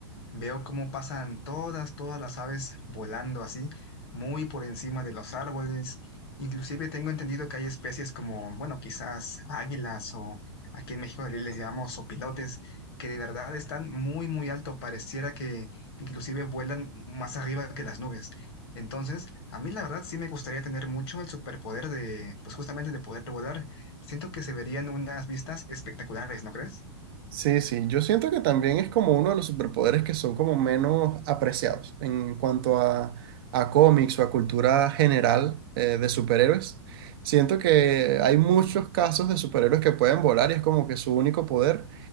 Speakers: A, on the left (about 65°); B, on the right (about 55°).
A: Veo cómo pasan todas, todas las aves volando así, muy por encima de los árboles. Inclusive tengo entendido que hay especies como, bueno, quizás águilas o aquí en México les llamamos sopilotes que de verdad están muy, muy alto. Pareciera que inclusive vuelan más arriba que las nubes. Entonces, a mí la verdad sí me gustaría tener mucho el superpoder de, pues justamente de poder volar. Siento que se verían unas vistas espectaculares, ¿no crees?
B: Sí, sí, yo siento que también es como uno de los superpoderes que son como menos apreciados en cuanto a, a cómics o a cultura general eh, de superhéroes. Siento que hay muchos casos de superhéroes que pueden volar y es como que su único poder